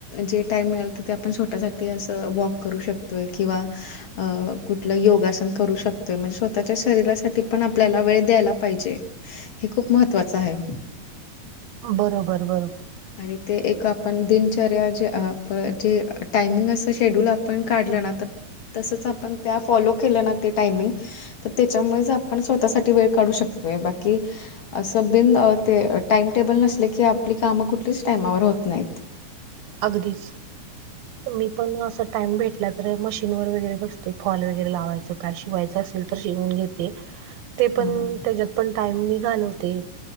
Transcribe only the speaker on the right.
बरोबर बरोबर.
अगदीच. मी पण अस टाइम भेट ला तर मशीनवर वगैरे बसते, फॉल वगैरे लावायचं काय शिवायचं असेल तर शिवून घेते. ते
पण त्यांच्यात पण टाइम मी घालवते,